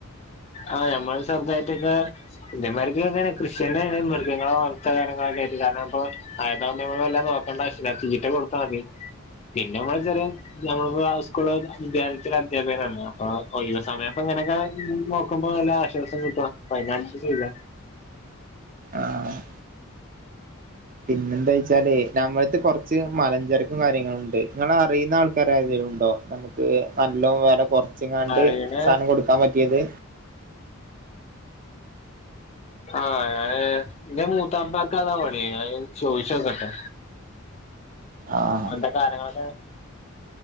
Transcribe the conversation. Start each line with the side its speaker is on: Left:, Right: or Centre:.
Left: ആഹ് ഞമ്മള് ചെറുതായിട്ടൊ ഇന്റെമായിരിക്ക് ഇങ്ങനെ കൃഷ്യന്നെണ് മൃഗങ്ങളെ വള ഇത്തകരങ്ങളൊക്ക ആയിട്ട് കാരണം അപ്പോ മഴടാവുമ്പോ നമ്മക്ക് വല്ലാതെ നോക്കേണ്ട ആവശ്യല്ല തീറ്റ കൊടുത്താ മതി പിന്നെ മ്മള് ചെറിയ നമ്മളിപ്പോ സ്കൂൾലൊക്കെ വിദ്യാലയത്തിലെ അധ്യാപകനല്ലേ ആഹ് ഒഴിവ് സമയപ്പൊങ്ങനെയൊക്കെ നോക്കുമ്പോ നല്ല ആശ്വാസം കിട്ടും അയിനനുസരിച്ച് നിന്നാ
Right: ആഹ് പിന്നെന്താ വെച്ചാല് നഞമ്മടുത്തെ കുറച്ച് മലഞ്ചരക്കും കാര്യങ്ങളുംണ്ട് നിങ്ങള് അറിയുന്ന ആൾക്കാര തിങ്കലും ഉണ്ടോ നമുക്ക് നല്ലോം വേറെ കൊറച്ച്ങ്ങാണ്ട്
Left: അറിയണ
Right: സാനം കൊടുക്കാൻ പറ്റിയത്
Left: ആഹ് ഞാന് ഇന്റെ മൂത്താപ്പാക്കതാ പണി ഞാൻ <unintelligible> ചോയിച്ചോക്കട്ടെ
Right: ആഹ്
Left: അവന്റെ കാര്യങ്ങളൊക്കെ